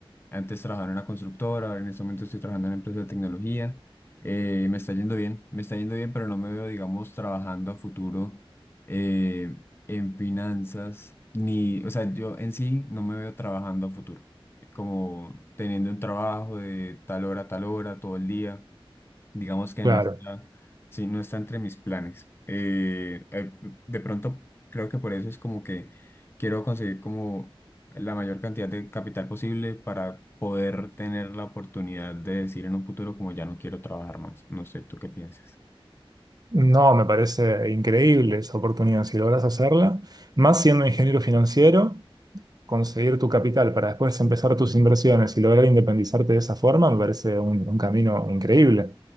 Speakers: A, on the left; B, on the right.
A: Antes trabajaba en una constructora, ahora en este momento estoy trabajando en una empresa de tecnología. Eh, me está yendo bien, me está yendo bien, pero no me veo, digamos, trabajando a futuro eh, en finanzas, ni, o sea, yo en sí no me veo trabajando a futuro, como teniendo un trabajo de tal hora a tal hora, todo el día. Digamos que
B: Claro.
A: no está, sí, no está entre mis planes. Eh, eh, de pronto creo que por eso es como que quiero conseguir como la mayor cantidad de capital posible para poder tener la oportunidad de decir en un futuro como ya no quiero trabajar más. No sé, ¿tú qué piensas?
B: No, me parece increíble esa oportunidad. Si logras hacerla, más siendo ingeniero financiero, conseguir tu capital para después empezar tus inversiones y lograr independizarte de esa forma, me parece un, un camino increíble.